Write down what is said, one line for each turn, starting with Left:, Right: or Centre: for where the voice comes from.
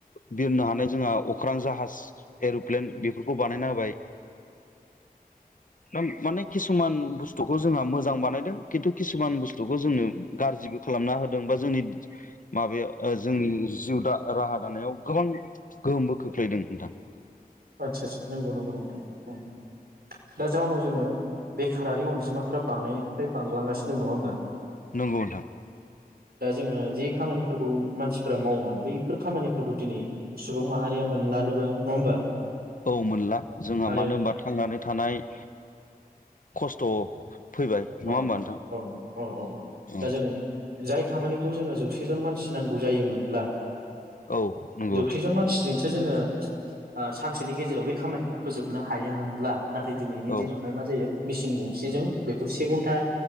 Left: बिरनो हानाय जोंहा अ अख्रां जाहाज एर'प्लेन बेफोरखौ बानायना होबाय। दा माने किसुमान बुस्थुखौ जोंहा मोजां बानायदों खिन्थु किसुमान बुस्थुखौ जोंनो गाज्रिबो खालामना होदों बा जोंनि माबायाव जोंनि जिउ द राहा दानायाव गोबां गोहोमबो खोख्लैदों नोंथां।
Right: आचसा आसा नंगौ नंगौ नोंथां उम। दा जाउनाव जोङो बेखारारि अनजिमाफोरा बांनायनिफ्राय बांलांगासिनो दं नङा होमबा?
Left: नोंगौ ओनथां।
Right: दा जोङो जे खामानिफोरखौ मानसिफ्रा मावोमोन बैफोर खामानिफोरखौ दिनै सुबुं माहारिया मोनलानोबा नङा होमबा?
Left: औ मोनला जोंहा
Right: आरो
Left: मानो होनबा थांनानै थानाय खस्थ' फैबाय नङा
Right: औ
Left: होमबा नोंथां?
Right: औ औ औ
Left: औ।
Right: दा जों जाय खामानिखौ जोङो जौसेजन मानसि नांगौ जायोमोनब्ला
Left: औ नंगौ
Right: जौसेजन
Left: नोंथां।
Right: मानसिजोंसो जोङो ओ सानसेनि गेजेराव बे खामानिखौ फोजोबनो हायोमोनब्ला नाथाय दिनैनि
Left: औ
Right: दिनावहाय मा जायो मिसिन गंसेजों बे से घन्टा